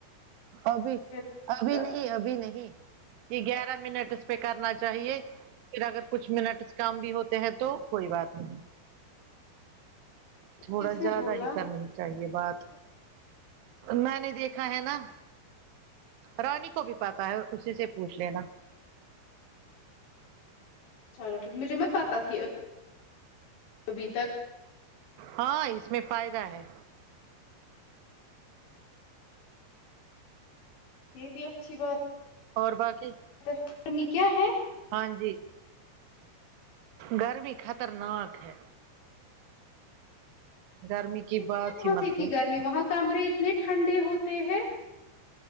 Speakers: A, on the right (about 65°); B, on the left (about 80°).
A: ابھی
B: پھر
A: ابھی
B: چلو
A: نہیں ابھی نہیں یے گیارہ منٹ اس پے کرنا چاہیے پھر اگر کچھ منٹس کام بھی ہوتے ہیں تو کوئی بات نہیں تھوڑا
B: کس نے
A: زیادہ
B: بولا
A: ہی کرنے چاہیے بات میں نے دیکھا ہے نا رانی کو بھی پتا ہے اسی سے پوچھ لینا
B: چلو ٹھیک مجھے مت پاتا تھی ابھی تک
A: ہاں اس میں فائدہ ہے
B: یہ بھی اچھی بات
A: اور باکی
B: ہے گرمی کیا ہے
A: ہاں جی گرمی خطرناک ہے گرمی کی
B: نہیں
A: بات
B: ہے وہاں
A: ہی مت
B: سے اتنی
A: پوچھو
B: گرمی وہاں کمرے اتنے ٹھنڈے ہوتے ہیں